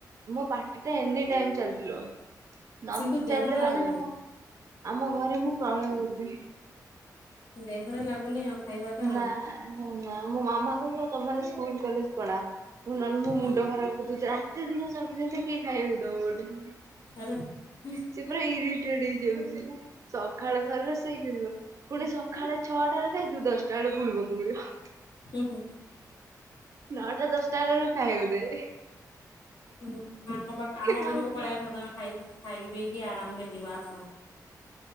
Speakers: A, on the right; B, on the left.
A: ମୋ ପାର୍ଟି ଟା ଏନି ଟାଇମ ଚାଲିଥିଲ ନ
B: କିନ୍ତୁ ଦେହ
A: ଚାଲିଲ
B: ଲାଗୁନି
A: ମାନେ ଆମ ଘରେ ମୁଁ ପ୍ରଳୟ କରିଦେବି।
B: ଦେହରେ ଲାଗୁନି ଆଉ। ଖାଇବାଟା
A: ନା
B: ଆଉ
A: ନା ମୋ ମାମା କ ତମେ ସ୍କୁଲ କଲେଜ ପଳା। ପୁ ନହେଲେ ମୋ
B: ହୁଁ
A: ମୁଣ୍ଡ ଖରାପ କରି ଦଉଛୁ। ରାତି ଦିନ ଚବିଶି ଘଣ୍ଟା କିଏ ଖାଇବାକୁ ଦବ ଗୋଟେ।
B: ଆରେ ହୁଁ।
A: ସେ ପୁରା ଇରିଟେଡ ହେଇଯାଉଛି ସକାଳ ଥର ରୋଷେଇ କରିବ ପୁଣି ସଖାଳେ ଛଅଟାରେ ଖଇଥିବୁ ଦଶଟା ବେଳେ ପୁଣି ଭୋକ କରିବ।
B: ହୁଁ ହୁଁ।
A: ନଅଟା ଦଶଟା ହେଲାବେଳକୁ ଖାଇବାକୁ ଦେବେ।
B: ହୁଁ ଆମ ପାଖ ଆମ ଘରକୁ
A: ଖାଉଛୁ
B: ପଳେଇ ଆସ ତମେ ଖାଇ ଖାଇକି ପିଇକି ଆରାମରେ ଯିବ ଆସ